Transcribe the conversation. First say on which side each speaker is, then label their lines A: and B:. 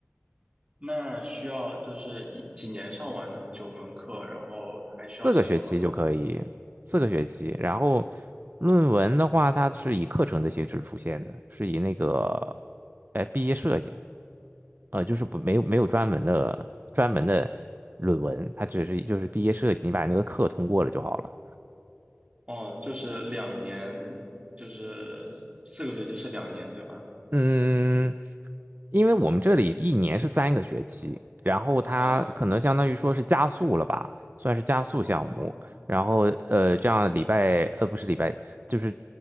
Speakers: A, on the right; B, on the right.
A: 那需要就是一几年上完呢？九门课，然后还需要写论文吗？
B: 四个学期就可以，四个学期。然后论文的话，它是以课程的形式出现的，是以那个，呃，毕业设计，呃，就是不没有没有专门的专门的论文，它只是就是毕业设计，你把那个课通过了就好了。
A: 哦，就是两年，就是四个学期是两年，对吧？
B: 嗯，因为我们这里一年是三个学期，然后他可能相当于说是加速了吧，
A: 哦
B: 算是加速项目。
A: 哦，
B: 然后呃，这样礼拜呃不是礼拜，就是